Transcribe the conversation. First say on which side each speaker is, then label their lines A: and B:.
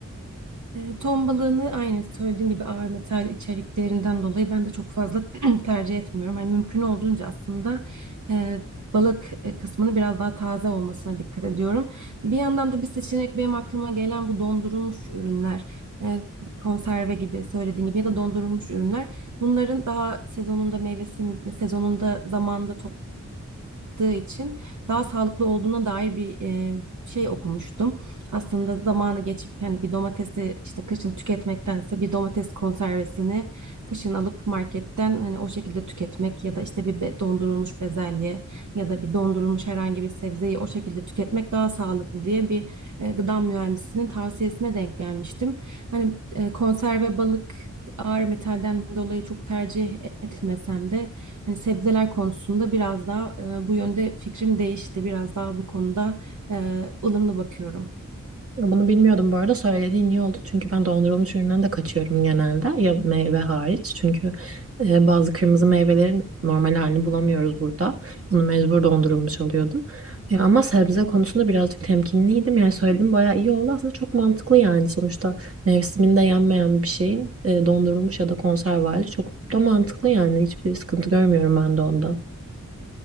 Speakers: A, on the right; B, on the right.
A: E, Ton balığını aynı söylediğin gibi ağır metal içeriklerinden dolayı ben de çok fazla <clears throat> tercih etmiyorum. Hani mümkün olduğunca aslında e, balık e, kısmını biraz daha taze olmasına dikkat ediyorum. Bir yandan da bir seçenek benim aklıma gelen bu dondurulmuş ürünler. E, konserve gibi söylediğin gibi ya da dondurulmuş ürünler. Bunların daha sezonunda meyvesinin sezonunda zamanında çıktığı için daha sağlıklı olduğuna dair bir e, şey okumuştum. Aslında zamanı geçip yani bir domatesi işte kışın tüketmektense bir domates konservesini kışın alıp marketten hani o şekilde tüketmek ya da işte bir be- dondurulmuş bezelye ya da bir dondurulmuş herhangi bir sebzeyi o şekilde tüketmek daha sağlıklı diye bir e, gıda mühendisinin tavsiyesine denk gelmiştim. Hani e, konserve balık ağır metalden dolayı çok tercih etmesem de Hani sebzeler konusunda biraz daha e, bu yönde fikrim değişti. Biraz daha bu konuda e, ılımlı bakıyorum.
B: Ya Bunu bilmiyordum bu arada söylediğin iyi oldu çünkü ben dondurulmuş üründen de kaçıyorum genelde ya meyve hariç çünkü e, bazı kırmızı meyvelerin normal halini bulamıyoruz burada bunu mecbur dondurulmuş alıyordum E, ama sebze konusunda birazcık temkinliydim yani söylediğim bayağı iyi oldu aslında çok mantıklı yani sonuçta mevsiminde yenmeyen bir şeyin e, dondurulmuş ya da konserve hali çok da mantıklı yani hiçbir sıkıntı görmüyorum ben de onda.